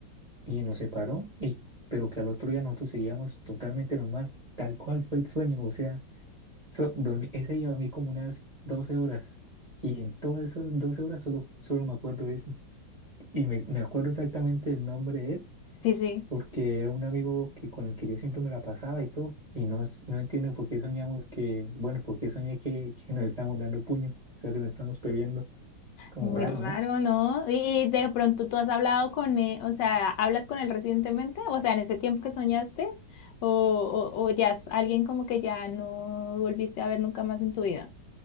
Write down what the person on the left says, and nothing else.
Sí, sí.
Muy
raro,
¿no? Y, y de pronto tú has hablado con él, o sea, ¿hablas con él recientemente? O sea, en ese tiempo que soñaste, o, o, o ya es alguien como que ya no volviste a ver nunca más en tu vida.